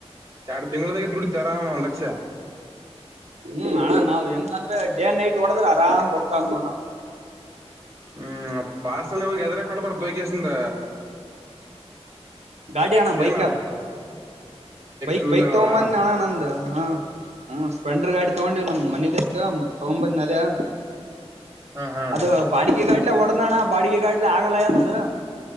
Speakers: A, on the right; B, on the right.
A: ಎರಡ್ ತಿಂಳದಾಗ ದುಡ್ಡು ಅರಾಮ ಒಂದ್ ಲಕ್ಷ
B: ಹ್ಮ್ ಅಣ್ಣ ನಾವ್ ಹೆಂಗ ಅಂದ್ರೆ ಡೇಂಡ್ ನೈಟ್ ಓಡದ್ರ ಆರಾಮ್ ರೊಕ್ಕಾ ಅ್ ನೋಡಣ್ರ
A: ಹ್ಮ್ ಪಾರ್ಸಲ್ ಅವವಾಗ ಅದ್ರ ಕೊಡ್ಬಾರ್ದು ವಗ್ಯಸಿಂದ
B: ಗಾಡಿ ಅಣ್ಣ ಬೈಕ್
A: ಏನದು
B: ಅದ ಬೈಕ್
A: ಟೂ ವೀಲರ್
B: ಬೈಕ್ ತಗೊ
A: ಅದಾ
B: ಬಂದ ನಾನ ಅಣ್ಣ ನಂದ ಹಾ ಹ್ಮ ಸ್ಪ್ಲೆಂಡರ್ ಗಾಡಿ ತಗೊಂಡಿವವ್ ನಮ್ ಮನದತ್ ತಗೊ ಬಂದ್ ಅದೇ
A: ಹಾ ಹಾ
B: ಅದು ಬಾಡಿಗೆ ಗಾಡ್ಲೆ ಹೊಡ್ದಣ ಬಾಡಿಗೆ ಗಾಡ್ಲೆ ಆಗಲ್ಲ ಯತದು